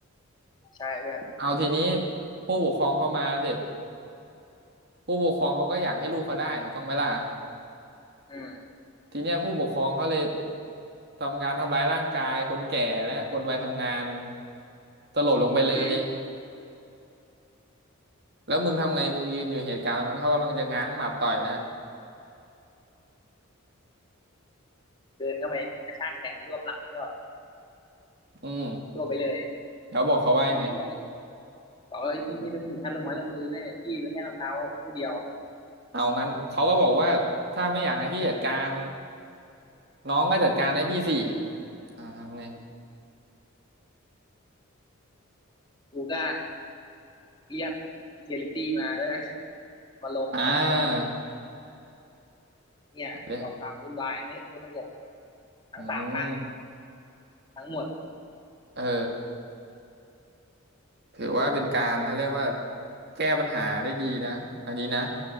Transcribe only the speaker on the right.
เอาทีนี้ผู้ปกครองเขามาเสร็จผู้ปกครองเขาก็อยากให้ลูกเขาได้ถูกต้องไหมล่ะ
ทีเนี้ยผู้ปกครองเขาเลยทำการทำร้ายร่างกายคนแก่และคนวัยทำงานสลบลงไปเลย
แล้วมึงทำไงมึงยืนอยู่เหตุการณ์ตรงนั้นเขากำลังจะง้างหมัดต่อยแล้ว
อืม
แล้วบอกเขาว่ายังไง
เอางั้นเขาก็บอกว่าถ้าไม่อยากให้พี่จัดการน้องก็จัดการให้พี่สิอ่าทำไง
อ่า
เละ
อืม
เออถือว่าเป็นการเขาเรียกว่าแก้ปัญหาได้ดีนะอันนี้นะ